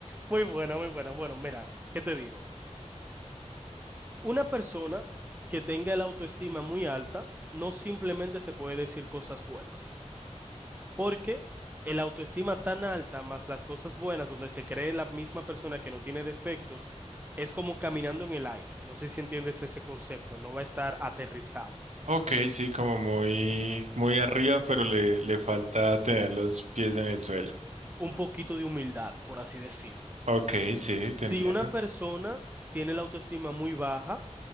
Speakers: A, on the right (about 15°); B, on the right (about 70°).
A: Muy buena, muy buena. Bueno, mira, ¿qué te digo? Una persona que tenga la autoestima muy alta no simplemente se puede decir cosas buenas. Porque el autoestima tan alta, más las cosas buenas, donde se cree la misma persona que no tiene defectos, es como caminando en el aire. No sé si entiendes ese concepto, no va a estar aterrizado.
B: Ok, sí, como muy, muy arriba, pero le, le falta tener los pies en el suelo.
A: Un poquito de humildad, por así decirlo.
B: Ok, sí, te
A: Si
B: entiendo.
A: una persona tiene la autoestima muy baja,